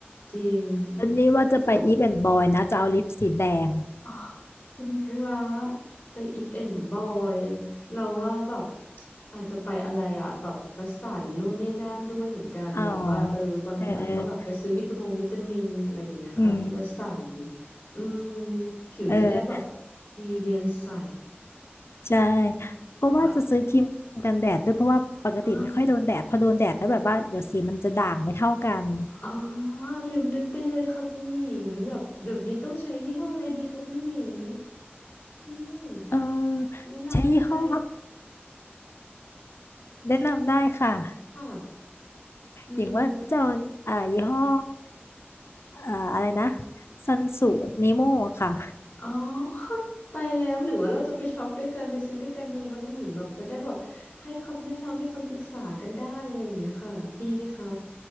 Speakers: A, on the left; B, on the left.
A: จริง
B: ตอนนี้ว่าจะไปอีฟแอนด์บอยนะจะเอาลิปสีแดง
A: ต้องจัด อ๋อคุณกระแต่อีฟแอนด์บอยเราว่าแบบอาจจะไปอะไรอ่ะแบบวัสสันนู่นนี่นั่นด้วยเหมือนกันแบบว่าเออบางอย่างก็แบบไปซื้อวิตามงวิตามินอะไรอย่างเงี้ยค่ะที่วัสสัน
B: อ๋อเออเอออืม
A: อืมผิวจะได้แบบ
B: เออ
A: ดีเนียนใส
B: ใช่ ก็ว่าจะซื้อครีมกันแดดด้วยเพราะว่าปกติไม่ค่อยโดนแดดพอโดนแดดแล้วแบบว่าเดี๋ยวสีมันจะด่างไม่เท่ากัน
A: ค่ะอ่ะอ๋อลืมนึกไปเลยค่ะคุณหญิงแบบเดี๋ยวนี้ต้องใช้ยี่ห้ออะไรดีคะคุณหญิงอืม
B: เออ
A: แนะนำได้ไหม
B: ใช้ยี่ห้อแนะนำได้ค่ะ
A: ค่ะอืม
B: อย่างว่าจะเอาอ่ายี่ห้ออ่าอะไรนะซันสูนิโมค่ะ
A: อ๋อ <laughs> ตายแล้วหรือว่าเราจะไปช็อปด้วยกันไปซื้อด้วยกันดีคะคุณหญิงแบบจะได้แบบให้คำแนะนำให้คำปรึกษากันได้อะไรอย่างเงี้ยค่ะดีไหมคะ